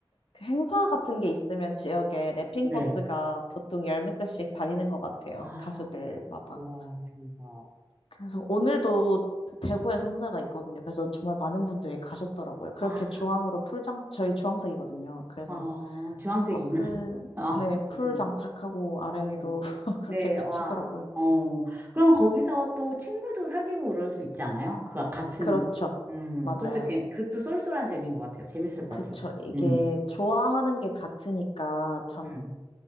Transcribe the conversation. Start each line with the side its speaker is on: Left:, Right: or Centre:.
Left: 그 행사 같은 게 있으면 지역에 랩핑
Right: 네.
Left: 버스가 보통 열 몇 대씩 다니는 것 같아요.
Right: 아,
Left: 가수들마다.
Right: 와, 대박.
Left: 그래서 오늘도 대구에서 행사가 있거든요. 그래서 정말 많은 분들이 가셨더라고요. 그렇게
Right: 아,
Left: 주황으로 풀장, 저희 주황색이거든요. 그래서
Right: 아, 주황색이구나.
Left: 버스,
Right: <laughs> 아,
Left: 네,
Right: 그렇구나.
Left: 풀 장착하고 아래
Right: 어,
Left: 위로 <laughs> 그렇게
Right: 네,
Left: 가시더라고요.
Right: 와. 어, 그럼 거기서 또 친구도 사귀고 그럴 수 있지 않아요? 그 아, 같은,
Left: 그렇죠.
Right: 음,
Left: 맞아요.
Right: 그것도 재, 그것도 쏠쏠한 재미인 것 같아요. 재밌을 것
Left: 그쵸.
Right: 같아요.
Left: 이게
Right: 음,
Left: 좋아하는 게 같으니까 참
Right: 음.